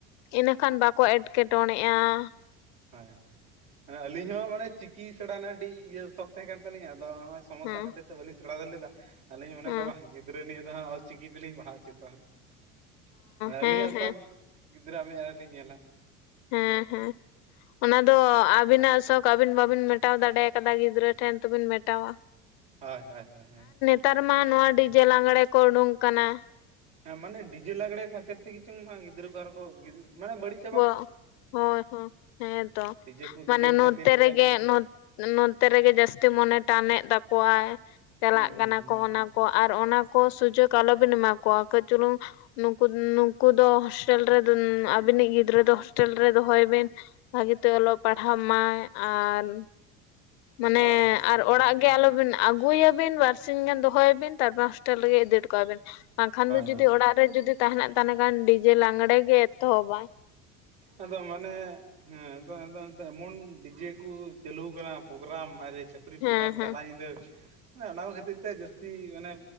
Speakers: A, on the left (about 70°); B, on the right (about 75°).
A: ᱤᱱᱟᱹᱠᱷᱟᱱ ᱵᱟᱠᱚ ᱮᱸᱴᱠᱮᱴᱚᱬᱮᱜᱼᱟ ᱾
B: ᱦᱚᱭ ᱦᱚᱭ ᱦᱚᱭ ᱦᱚᱭ ᱟᱹᱞᱤᱧ ᱦᱚᱸ ᱢᱟᱱᱮ ᱪᱤᱠᱤ ᱥᱮᱬᱟ ᱨᱮᱱᱟᱜ ᱟᱹᱰᱤ ᱤᱭᱟᱹ ᱥᱚᱠ ᱛᱟᱦᱮᱸ ᱠᱟᱱ ᱛᱟᱹᱞᱤᱧᱟ ᱟᱫᱚ ᱦᱚᱸᱜᱼᱚᱭ ᱥᱚᱢᱚᱥᱟ
A: ᱦᱮᱸ
B: ᱠᱷᱟᱹᱛᱤᱨ ᱛᱮ ᱵᱟᱹᱞᱤᱧ ᱥᱮᱬᱟ ᱫᱟᱲᱮ ᱞᱮᱫᱟ ᱟᱹᱞᱤᱧ ᱢᱚᱱᱮ
A: ᱦᱮᱸ
B: ᱠᱮᱫ ᱵᱟᱝ ᱜᱤᱫᱽᱨᱟᱹ ᱱᱤᱭᱟᱹ ᱫᱷᱚ ᱚᱞ ᱪᱤᱠᱤ ᱛᱮᱞᱤᱧ ᱯᱟᱲᱦᱟᱣ ᱚᱪᱚ ᱠᱚᱣᱟ ᱦᱟᱸᱜ ᱟᱹᱞᱤᱧᱟᱹᱜ
A: ᱦᱮᱸ ᱦᱮᱸ
B: ᱥᱚᱠ ᱜᱤᱫᱽᱨᱟᱹᱣᱟᱜ ᱢᱮᱫᱦᱟ ᱨᱮ ᱞᱤᱧ ᱧᱮᱞᱟ ᱾
A: ᱦᱮᱸ ᱦᱮᱸ ᱚᱱᱟ ᱫᱚ ᱟᱵᱤᱱᱟᱜ ᱥᱚᱠ ᱟᱹᱵᱤᱱ ᱵᱟᱵᱤᱱ ᱢᱮᱴᱟᱣ ᱫᱟᱲᱮ ᱠᱟᱫᱟ ᱜᱤᱫᱽᱨᱟᱹ ᱴᱷᱮᱱ ᱛᱚ ᱵᱤᱱ ᱢᱮᱴᱟᱣᱟ ᱾
B: ᱦᱚᱭ ᱦᱚᱭ ᱦᱚᱭ ᱦᱚᱭ
A: ᱱᱮᱛᱟᱨ ᱢᱟ ᱱᱚᱣᱟ ᱰᱤᱡᱮ ᱞᱟᱜᱽᱬᱮ ᱠᱚ ᱩᱰᱩᱝ ᱟᱠᱟᱱᱟ ᱾
B: ᱦᱮᱸ ᱢᱟᱱᱮ ᱰᱤᱡᱮ ᱞᱟᱜᱽᱲᱮ ᱠᱷᱟᱹᱛᱤᱨ ᱛᱮᱜᱮ ᱪᱚᱝ ᱜᱤᱫᱽᱨᱟᱹ ᱠᱚ ᱟᱨᱦᱚᱸ ᱢᱟᱱᱮ ᱵᱟᱹᱲᱤᱡᱽ
A: ᱣᱚᱜ ᱦᱚᱭ ᱦᱚᱭ ᱦᱮᱸᱛᱚ
B: ᱰᱤᱡᱮ ᱠᱚ
A: ᱢᱟᱱᱮ
B: ᱰᱤᱡᱮ ᱠᱚ
A: ᱱᱚᱛᱮ
B: ᱠᱷᱟᱹᱛᱤᱨ ᱛᱮ
A: ᱨᱮᱜᱮ
B: ᱦᱩᱸ
A: ᱱᱚᱛᱮ ᱨᱮᱜᱮ ᱡᱟᱹᱥᱛᱤ ᱢᱚᱱᱮ ᱴᱟᱱᱮᱫ ᱛᱟᱠᱚᱣᱟᱭ ᱪᱟᱞᱟᱜ
B: ᱦᱩᱸ
A: ᱠᱟᱱᱟ
B: ᱦᱩᱸ
A: ᱠᱚ ᱚᱱᱟ
B: ᱦᱩᱸ
A: ᱠᱚ ᱟᱨ ᱚᱱᱟ ᱠᱚ ᱥᱩᱡᱚᱜ ᱟᱞᱚᱵᱤᱱ ᱮᱢᱟ ᱠᱚᱣᱟ ᱠᱟᱹᱡᱽ ᱪᱩᱞᱩᱝ ᱱᱩᱠᱩ ᱱᱩᱠᱩ ᱫᱚ ᱦᱚᱥᱴᱮᱞ ᱨᱮ ᱫᱚ ᱟᱹᱵᱤᱱᱤᱡᱽ ᱜᱤᱫᱽᱨᱟᱹ ᱫᱚ ᱦᱳᱥᱴᱮᱞ ᱨᱮ ᱫᱚᱦᱚᱭᱮ ᱵᱤᱱ ᱵᱷᱟᱹᱜᱤᱛᱮ ᱚᱞᱚᱜ ᱯᱟᱲᱦᱟᱜ ᱢᱟᱭ ᱟᱨ ᱢᱟᱱᱮ
B: ᱦᱳᱭ ᱦᱳᱭ ᱦᱳᱭ
A: ᱟᱨ
B: ᱦᱳᱭ
A: ᱚᱲᱟᱜ
B: ᱦᱳᱭ
A: ᱜᱮ ᱟᱞᱚᱵᱤᱱ ᱟᱹᱜᱩᱭᱮ ᱵᱤᱱ ᱵᱟᱹᱨᱥᱤᱸᱧ ᱜᱟᱱ ᱫᱚᱦᱚᱭᱮ ᱵᱤᱱ ᱛᱟᱨᱯᱚᱨ ᱦᱚᱥᱴᱮᱞ ᱨᱮᱜ ᱤᱫᱤ ᱴᱟ ᱠᱟᱭ ᱵᱮᱱ ᱵᱟᱝ ᱠᱷᱟᱱ ᱫᱚ
B: ᱦᱳᱭ
A: ᱡᱩᱫᱤ
B: ᱦᱳᱭ
A: ᱚᱲᱟᱜ ᱨᱮ ᱡᱩᱫᱤ ᱛᱟᱦᱮᱱᱟ ᱛᱟᱦᱚᱞᱮ ᱠᱷᱟᱱ ᱰᱤᱡᱮ ᱞᱟᱸᱜᱽᱲᱮ ᱜᱮ ᱮᱛᱚᱦᱚᱵᱽᱟᱭ
B: ᱟᱫᱚ ᱢᱟᱱᱮ ᱦᱮᱸ ᱟᱫᱚ ᱟᱫᱚ ᱮᱢᱚᱱ ᱰᱤᱡᱮ ᱠᱚ ᱪᱟᱹᱞᱩ ᱟᱠᱟᱱᱟ ᱯᱨᱳᱜᱨᱟᱢ ᱦᱟᱭ ᱨᱮ ᱪᱷᱟᱹᱯᱨᱤ
A: ᱦᱮᱸ
B: ᱯᱨᱳᱜᱨᱟᱢ ᱛᱟᱞᱟ
A: ᱦᱮᱸ
B: ᱧᱤᱫᱟᱹ ᱚᱱᱟ ᱠᱷᱟᱹᱛᱤᱨ ᱛᱮ ᱡᱟᱹᱥᱛᱤ ᱢᱟᱱᱮ